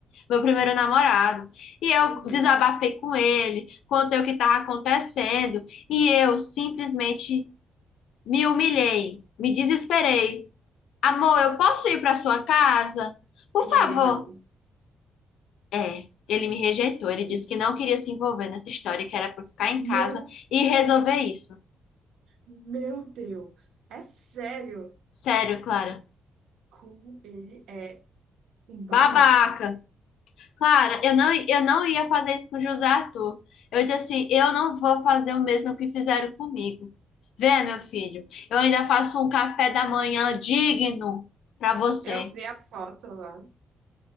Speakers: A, on the left (about 90°); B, on the right (about 80°).
A: meu primeiro namorado. E eu
B: Uhum.
A: desabafei com ele, contei o que estava acontecendo, e eu simplesmente me humilhei, me desesperei. Amor, eu posso ir para sua casa? Por
B: E
A: favor.
B: ele não.
A: É. Ele me rejeitou, ele
B: Entendeu?
A: disse que não queria se envolver nessa história, que era para eu ficar em casa
B: Meu,
A: e resolver isso.
B: meu Deus, é sério
A: Sério, Clara.
B: como ele é um babaca.
A: Babaca. Clara, eu não, eu não ia fazer isso com o José Arthur. Eu disse assim, eu não vou fazer o mesmo que fizeram comigo. Vê, meu filho, eu ainda faço um café da manhã digno para você.
B: Eu vi a foto lá,